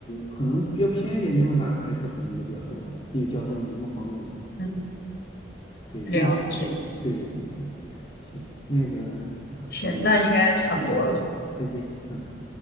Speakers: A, on the left; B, on the left.
A: 可能比较偏一点的地方，大家开车可能就比较多了，因为交通没那么方便了
B: 嗯，
A: 对，
B: 了解，
A: 对，这一点，对对对，行，那个啊，
B: 行，那应该差不多了。
A: 再见。嗯。